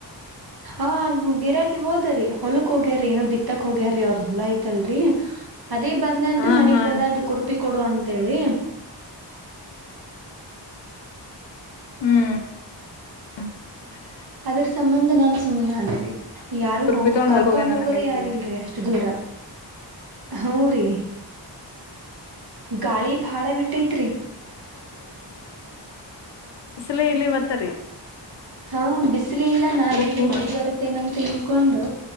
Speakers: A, on the right (about 55°); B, on the left (about 75°).
A: ಅವ ಗಿರಾಕಿ ಹೋದ್ರರಿ ಹೊಲಕ್ ಹೋಗ್ಯಾರೀ ಏನೋ ಬಿತ್ತಕ್ ಹೋಗ್ಯಾರೀ ಅವ ಹೊಲ ಆಯತಲ್ರರಿ ಅದೇ ಬಂದ ಅನ್್ರೀ
B: ಹಾ
A: <unintelligible> ಮನಗ್
B: ಹಾ
A: ಬಂದ ಅನ್್ರಿ ಕುರುಪಿ ಕೊಡು ಅಂತ ಹೇಳಿ
B: ಹ್ಮ್
A: ಅದ್ರ ಸಂಬಂಧ ನಾನ್ ಸುಮ್ನೆ ಆದೇರಿ ಯಾರು
B: ತುರ್ಪಿ
A: ಹೋಗ
B: ತಗೊಂಡ್
A: ಕರ್ಕೊಂಡ್
B: ಹೊಲ್ಗ ಹೋಗ್ಯಾನ
A: ಹೋಗೋರೆ
B: ನಂಗೈತ್ರಿ
A: ಯಾರು ಇಲ್ರಿ ಅಷ್ಟ ದೂರ ಹೌ ರೀ ಗಾಳಿ ಬಾಳ ಬಿಟ್ಟೈತ್ರಿ
B: ಲ ಇಲ್ಲಿ ಇವತ್ತರಿೀ
A: ಹಾಂ ಬಿಸಿಲ ಇಲ್ಲ ನಾನು
B: ಪೂರ್
A: ಇ ಮಳೆ ಬರುತ್ತೇನೆಂತ ಹಳ್ಕೊಂಡು